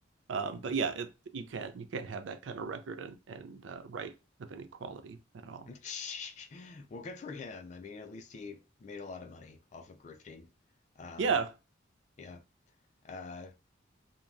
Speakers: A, on the right (about 70°); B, on the left (about 35°).
A: um, but yeah, it, you can't you can't have that kind of record and and uh, right of any quality at all.
B: <laughs> Well, good for him. I mean, at least he made a lot of money off of grifting. Um,
A: Yeah,
B: yeah. Uh,